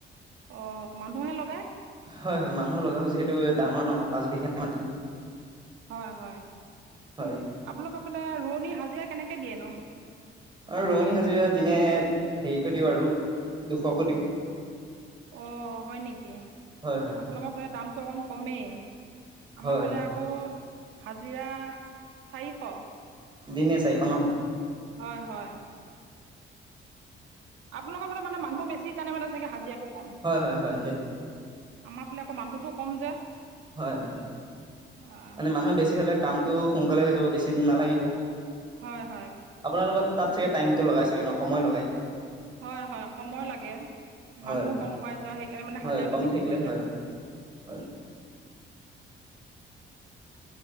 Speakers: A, on the right; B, on the right.
A: অ', মানুহহে লগাই।
B: হয়, হয়, মানুহ লগাও, যিহেতু ডাঙৰ ন পাচ বিঘা। মাটি
A: হয়, হয়। আপোনালোকৰ
B: হয়
A: ফালে, ৰোৱনী হাজিৰা কেনেকে দিয়ে নো?
B: আৰু ৰঙনী হাজিৰা দিনে হেৰিকৈ দিওঁ আৰু দুশকৈ দিওঁ।
A: অ হয় নেকি?
B: হয় হয় হয়
A: আপোনালোকৰ ফালে দামতটো অকণ কমেই।
B: হয়
A: আমাৰ ফালে
B: হয়
A: আকৌ হাজিৰা চাৰিশ।
B: দিনে চাৰিশ ন।
A: হয় হয়। আপোনোকৰ মানে মানুহ বেছি কেনে মানে চাগে হাজিৰাটো কম
B: হয় হয় হয় সেইটোৱে।
A: আমাৰ ফালে আক মানুহটো কম যে
B: হয় হয়,
A: হয়
B: মানে মানুহে বেছি হলে কামটো সোনকালে হৈ যাব বেছি দিন নালাগিব।
A: হয় হয়।
B: আপোনালোকৰ তাত চাগে টাইমতটো লগাই চাগে ন সময় লগাই।
A: হয় হয় সময় লাগে,
B: হয়
A: মানুহো
B: হয়
A: কম পাই যাওঁ সেইকাৰণে মানে
B: হয়
A: হাজিৰাটো
B: কম
A: বেছিক
B: থাকিলে
A: কৰি
B: হয়
A: লয়।
B: হয়